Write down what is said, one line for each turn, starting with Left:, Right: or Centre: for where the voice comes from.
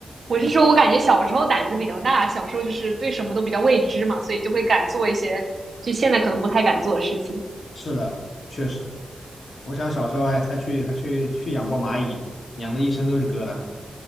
Right: 我是说，我感觉小时候胆子比较大，小时候就是对什么都比较未知嘛，所以就会敢做一些就现在可能不太敢做的事情。
Left: 是的，确实，我想小时候还还去还去去养过蚂蚁，养的一身都是疙瘩，